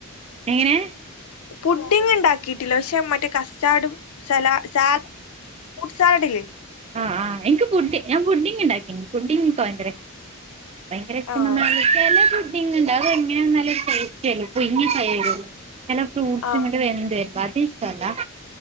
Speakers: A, on the right (about 30°); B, on the left (about 75°).
A: എങ്ങനെ
B: ഫുഡിങ്ങ് ഇണ്ടാക്കിട്ടില്ല പക്ഷെ മറ്റേ കസ്റ്റാർഡും സല സ ഫ്രൂട്ട് സലാഡ് ഇല്ലേ
A: ആഹ് ആഹ് എനിക്ക് പുഡ്ഡിംഗ് ഞാൻ പുഡിംങ് ഉണ്ടാക്കിന്നു പുഡിങ് എനിക്ക് ഭയങ്കര ഭയങ്കര ഇഷ്ടംന്നാല്
B: ആഹ്
A: ചെല പുഡിംങ് ഇണ്ട് എങ്ങനെയെന്നാല് ടേസ്റ്റ് ചെലപ്പോ <unintelligible> ചെല ഫ്രൂട്ട്സും
B: ആഹ്
A: ഇങ്ങട്ട് വര്ണ്‌ണ്ട് <unintelligible> ഇഷ്ടല്ല